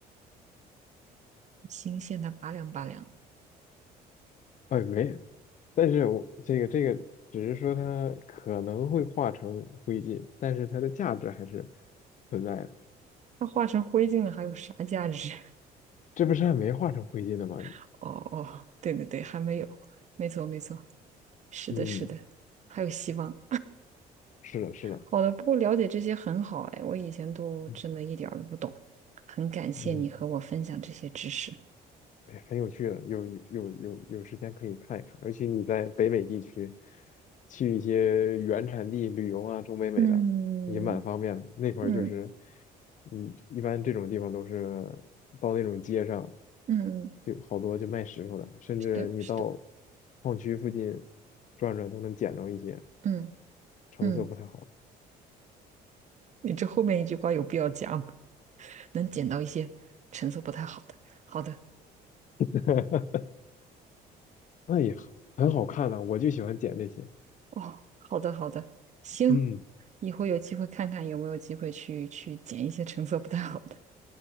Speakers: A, on the right; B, on the left.
A: 新鲜的拔凉拔凉的，
B: 哎，没，但是我这个这个只是说它可能会化成灰烬，但是它的价值还是存在的。
A: 它化成灰烬了，还有啥价值？
B: 这不是还没化成灰烬的吗？
A: <laughs> 哦哦，对对对，还没有，没错没错，是的，
B: 嗯，
A: 是的，还有希望。
B: 是的，是的，
A: 好的，不过了解这些很好哎，我以前都真的一点儿都不懂，
B: 嗯
A: 很感谢你和我分享这些知识。
B: 嗯。哎呀很有趣的，有有有有时间可以看一看，尤其你在北美地区，去一些原产地旅游啊，中北美的也蛮方便的。
A: 嗯
B: 那块儿就是，
A: 嗯
B: 嗯，一般这种地方都是到那种街上，
A: 嗯，
B: 就好多就卖石头的，甚至你到
A: 是的，是的，
B: 矿区附近转转都能捡着一些
A: 嗯
B: 成色不太好
A: 嗯，你这后面一句话有必要讲，能捡到一些成色不太好的。好的，
B: 的，<laughs> 那也很很好看的，我就喜欢捡这些。
A: 哦，好的好的，行，
B: 嗯，
A: 以后有机会看看有没有机会去去捡一些成色不太好的。